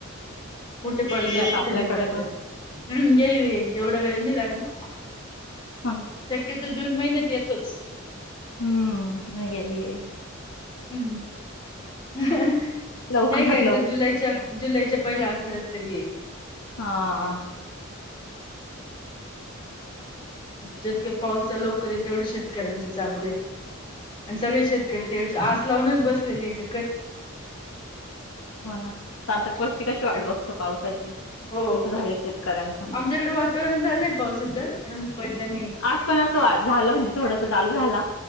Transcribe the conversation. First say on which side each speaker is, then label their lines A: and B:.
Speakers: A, on the left (about 25°); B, on the left (about 70°).
A: कुठे पडतंय
B: येईल आता
A: कुठे
B: आपल्याकडे
A: नाही पडतेय,
B: पण.
A: हम्म येईल येईल. एवढा वेळ नाही लागणार,
B: हं.
A: शक्यतो जून महिन्यात येतोच.
B: हम्म, नाहीये ए ए
A: ह् नाही
B: लवकरात
A: काय
B: लवकर
A: तर. जुलैच्या-जुलैच्या पहिला अठड्यात् तरी येईल.
B: हा.
A: जितके पाऊसचा लवकर येईल तेवढं शेतकऱ्यांचे चांगले. आणि सगळे शेतकरी ते आस लावूनच बसलेले एक
B: हो ना तातक पक्षी कशी वाढ बघ पावसाची
A: हो
B: कस झालं शेतकऱ्यांच.
A: आमच्याकडे वातावरण झालंय पावसाचं पण पडला नाही.
B: आज पण असं झालं म्हणजे थोडस चालू झाला.